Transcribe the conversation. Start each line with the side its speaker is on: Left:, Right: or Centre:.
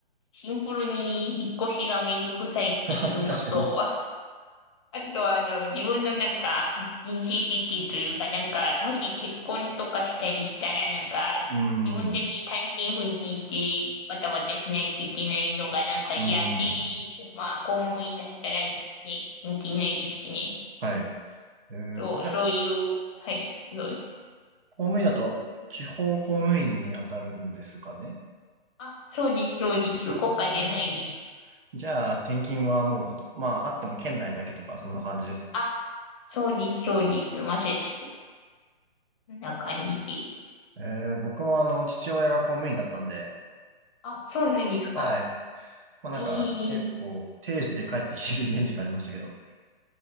Left: シンプルに引っ越しがめんどくさいっていうのと、
Right: <laughs> 確かに。
Left: あとは、あの、自分のなんか、人生設計というか、なんか、もし結婚とかしたりしたら、なんか、
Right: うーん。
Left: 自分だけ単身赴任し
Right: う
Left: て、バタバタしないといけないのがなんか嫌で、
Right: ん。
Left: まあ、公務員だったらね、人気ないですしね。
Right: はい。えー、
Left: そう、
Right: あ、じゃあ、
Left: そういう、はい、そうです。
Right: 公務員だと地方公務員に当たるんですかね
Left: あ、そうです、そうです。
Right: ああ、
Left: 国家じゃないです。
Right: じゃあ、転勤はもうほと、まあ、あっても県内だけとか、そんな感じですよね。
Left: うんあ、そうです、そうです。まさしく。こんな感じで。
Right: えー、僕もあの、父親が公務員だったんで、
Left: あ、そうなんですか。
Right: はい。まあなんか、
Left: え
Right: 結構、
Left: え
Right: 定時で帰ってきてるイメージがありましたけど。